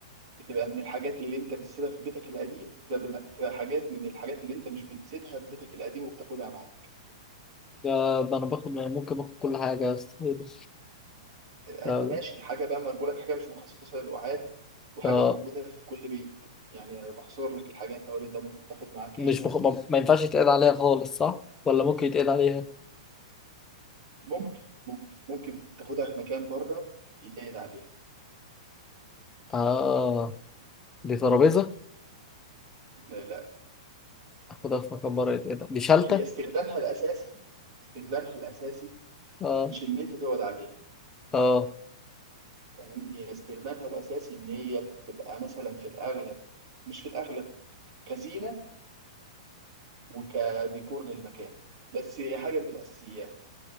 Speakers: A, on the right; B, on the left.
A: بتبقى من الحاجات اللي انت بتسيبها في بيتك القديم بتبقى بتبقى حاجات من الحاجات اللي انت مش بتسيبها في بيتك القديم وبتاخدها معاك
B: ده أنا باخد يعني ممكن باخد كل حاجة يا أسطى
A: ايوه
B: لا
A: ماشي حاجه بقى ما انا بقول لك حاجه مش مخصصه للقعاد وحاجه
B: آه
A: موجوده في كل بيت يعني انا بحصر لك الحاجه انت قول انت ممكن تاخد معاك
B: مش
A: ايه مثلا
B: بخ... ما ما ينفعش يتقعد عليها خالص صح؟ ولا ممكن يتقعد عليها؟
A: ممكن ممكن ممكن تاخدها في مكان بره يتقعد عليها
B: آه دي ترابيزة
A: لا, لا
B: أخدها في مكان بره يتقعد دي شالتة؟
A: هي استخدامها الاساسي استخدامها الاساسي
B: آه
A: مش ان انت تقعد عليها
B: آه
A: تمام هي استخدامها الاساسي ان هي تبقى مثلا في الاغلب مش في الاغلب كزينه وكديكور للمكان بس هي حاجه من الاساسيات